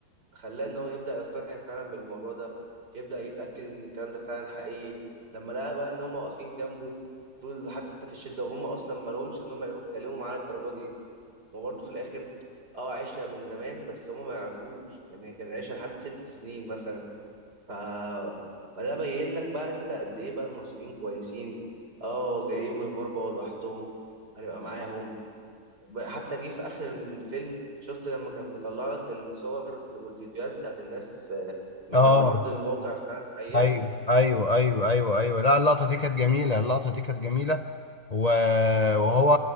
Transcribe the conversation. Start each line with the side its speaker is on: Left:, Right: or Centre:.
Right: خلاه ان هو يبدا يقتنع فعلا بالموضوع ده يبدا يتاكد ان الكلام ده فعلا حقيقي لما لقى بقى ان هم واقفين جنبه دول حتى في الشده وهم اصلا ما لهمش ان هم يتكلموا معاه الدرجه دي وبرضه في الاخر اه عشره من زمان بس هم ما يعرفوش يعني هي كانت عشره لحد ست سنين مثلا ف فده بين لك بقى انت قد ايه بقى المصريين كويسين اه جايين من الغربة ولوحدهم هنبقى معاهم ب- حتى جه في اخر الفيلم شفت لما كان بيطلع لك الصور والفيديوهات بتاعت الناس من
Left: اه
Right: ارض الواقع فعلا حقيقة
Left: ايوه ايوه ايوه ايوه ايوه لا اللقطه دي كانت جميله اللقطه دي كانت جميله و- وهو